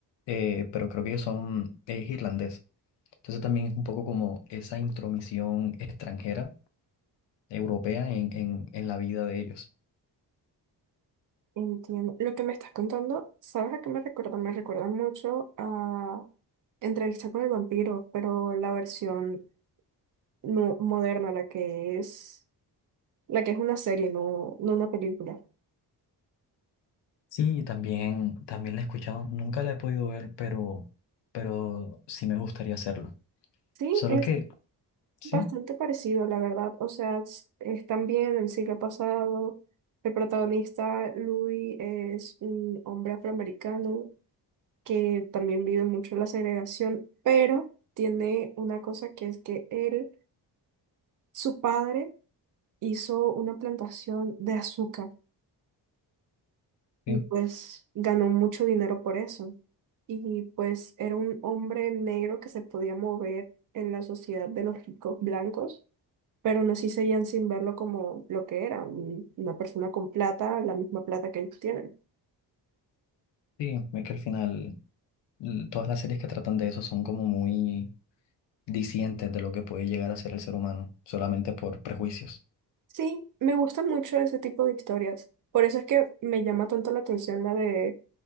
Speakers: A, on the left; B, on the right.
A: eh, pero creo que ellos son irlandeses Entonces también es un poco como esa intromisión extranjera, europea, en, en, en la vida de ellos.
B: Entiendo. Lo que me estás contando, ¿sabes a qué me recuerda? Me recuerda mucho a Entrevista con el vampiro, pero la versión no moderna, la que es, la que es una serie, no, no una película.
A: Sí, también, también la he escuchado, nunca la he podido ver, pero, pero sí me gustaría hacerlo.
B: Sí,
A: Solo
B: es
A: que, sí,
B: Bastante parecido, la verdad. O sea, es- están bien en el siglo pasado. El protagonista, Louis, es un hombre afroamericano que también vive mucho la segregación, pero tiene una cosa que es que él, su padre, hizo una plantación de azúcar
A: sí,
B: y pues ganó mucho dinero por eso. Y pues era un hombre negro que se podía mover en la sociedad de los ricos blancos pero no sí seguían sin verlo como lo que era, un- una persona con plata, la misma plata que ellos tienen.
A: sí, es que al final l- todas las series que tratan de eso son como muy discientes de lo que puede llegar a ser el ser humano, solamente por prejuicios.
B: Sí, me gusta mucho ese tipo de historias. Por eso es que me llama tanto la atención la de